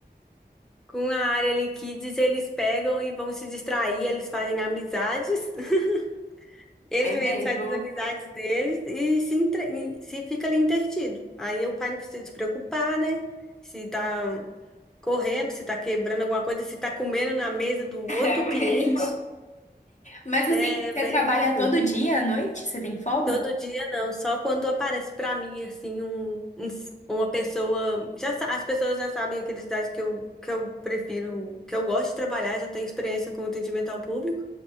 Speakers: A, in the centre; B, on the left.
A: com a área ali kids, eles pegam e vão se distrair, eles fazem amizades, <laughs> eles
B: É
A: mesmos
B: mesmo.
A: fazem as amizades
B: <laughs>
A: deles e se, entre- e se fica ali entretido. Aí o pai não precisa se preocupar, né? Se tá correndo, se tá quebrando alguma coisa, se tá comendo na mesa do outro
B: É mesmo.
A: cliente,
B: Mas
A: é
B: assim, você
A: bem
B: trabalha
A: tranquilo.
B: todo dia à noite? Você tem folga?
A: Todo dia não, só quando aparece pra mim assim um, um- uma pessoa, já sa- as pessoas já sabem a idade que eu que eu prefiro, que eu gosto de trabalhar, já tenho experiência com atendimento ao público.